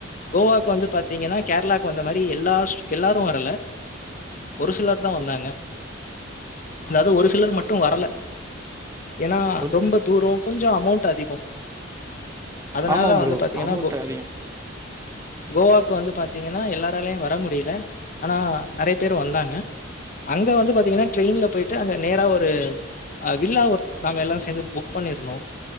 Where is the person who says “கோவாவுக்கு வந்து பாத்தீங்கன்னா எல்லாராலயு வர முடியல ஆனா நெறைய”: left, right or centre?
Left